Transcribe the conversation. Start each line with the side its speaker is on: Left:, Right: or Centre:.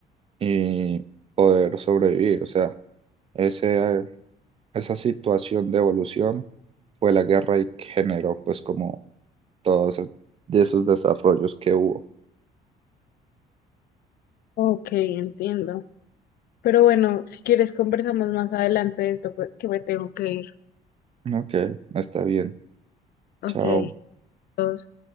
Right: y poder sobrevivir. O sea, ese, esa situación de evolución fue la guerra y generó pues como todos es- de esos desarrollos que hubo.
Left: Ok, entiendo. Pero bueno, si quieres conversamos más adelante de esto, pues, que me tengo que ir.
Right: Ok, está bien.
Left: Ok.
Right: Chao.
Left: todos.